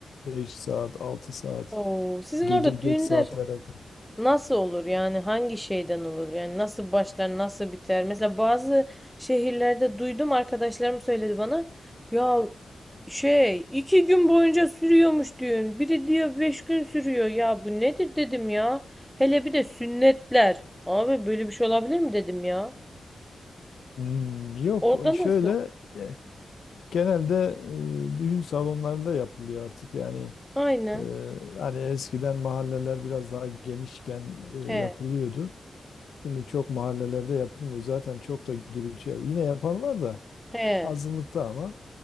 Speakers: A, on the left; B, in the centre.
A: 5 saat altı saat
B: Oo, sizin
A: gece
B: orada
A: geç
B: düğünler
A: saatlere kadar.
B: nasıl olur yani hangi şeyden olur yani nasıl başlar nasıl biter mesela bazı şehirlerde duydum arkadaşlarım söyledi bana ya Şey, iki gün boyunca sürüyormuş düğün. Biri diyor beş gün sürüyor. Ya bu nedir dedim ya. Hele bir de sünnetler. Abi böyle bir şey olabilir mi dedim ya.
A: Hmm, yok
B: Orada
A: o şöyle
B: nasıl?
A: e, Genelde e, düğün salonlarında yapılıyor artık. Yani
B: Aynen.
A: e, hani eskiden mahalleler biraz daha genişken e, yapılıyordu.
B: He,
A: Şimdi çok mahallelerde yapılmıyor. Zaten çok da gürültü yap- Yine yapan var da
B: he.
A: azınlıkta ama